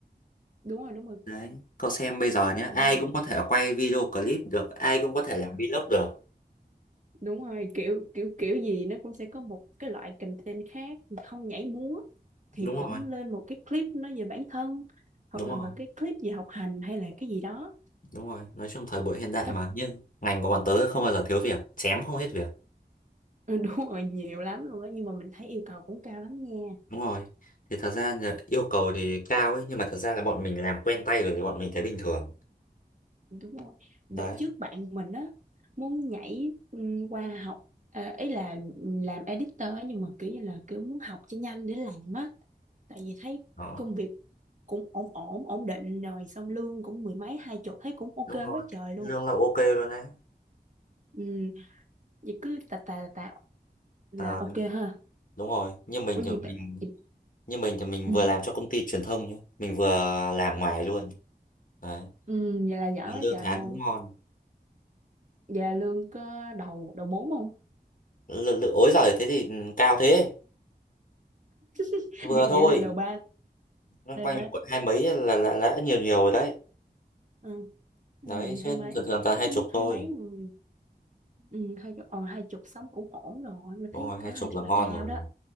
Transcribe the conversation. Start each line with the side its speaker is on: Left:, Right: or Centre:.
Right: đúng rồi đúng rồi
Left: Đấy, cậu xem bây giờ nhé,
Right: lên
Left: ai cũng có thể quay video clip được, ai cũng có thể làm vlog được.
Right: đúng rồi kiểu kiểu kiểu gì nó cũng sẽ có một cái loại content khác không nhảy múa thì
Left: Đúng
Right: cũng
Left: rồi,
Right: lên một cái clip nói về bản thân hoặc
Left: đúng
Right: là
Left: rồi,
Right: một cái clip về học hành hay là cái gì đó
Left: đúng rồi. Nói chung thời buổi hiện đại
Right: ít
Left: mà, nhưng ngành của bọn tớ không bao giờ thiếu việc, chém không hết việc.
Right: <laughs> ừ, đúng rồi nhiều lắm luôn á nhưng mà mình thấy yêu cầu cũng cao lắm nha
Left: Đúng rồi. Thì thật ra là yêu cầu thì cao ấy, nhưng mà thật ra là bọn mình làm quen tay rồi thì bọn mình thấy bình thường.
Right: đúng rồi
Left: Đấy,
Right: đợt trước bạn mình á muốn nhảy ừm, qua học ờ, ý là làm editor á, nhưng mà kiểu như là kiểu muốn học cho nhanh để làm á tại vì thấy
Left: đó.
Right: công việc cũng ổn ổn ổn định rồi xong lương cũng mười mấy hai chục thấy cũng ok
Left: Đúng
Right: quá
Left: rồi.
Right: trời luôn
Left: Lương là ok luôn đấy.
Right: ừ vậy cứ tà tà tà tà là
Left: À,
Right: ok ha
Left: đúng rồi, như mình
Right: có gì
Left: thì
Right: bạn
Left: mình
Right: vậy-
Left: như mình thì mình
Right: ừ
Left: vừa làm cho công ty truyền thông nhé, mình vừa làm ngoài luôn. Đấy,
Right: ừ vậy là giỏi
Left: lương
Right: quá trời
Left: tháng
Right: luôn
Left: cũng ngon.
Right: vậy là lương có đầu đầu bốn không
Left: L- l- ối giời thế thì ừ, cao thế
Right: <laughs>
Left: vừa
Right: vậy
Left: thôi
Right: lương đầu ba
Left: loanh
Right: đây
Left: quanh
Right: hả
Left: quận hai mấy là là là đã nhiều nhiều rồi đấy
Right: ừ. ừ
Left: đấy chứ
Right: hai mấy
Left: thường thường toàn hai
Right: ừ,
Left: chục
Right: hai
Left: thôi
Right: mấy ừ, ừ, hai chục ờ, hai chục sống cũng ổn rồi mình
Left: đúng
Right: thấy
Left: rồi
Right: cỡ
Left: hai
Right: hai
Left: chục
Right: chục
Left: là ngon
Right: là cao
Left: rồi
Right: đó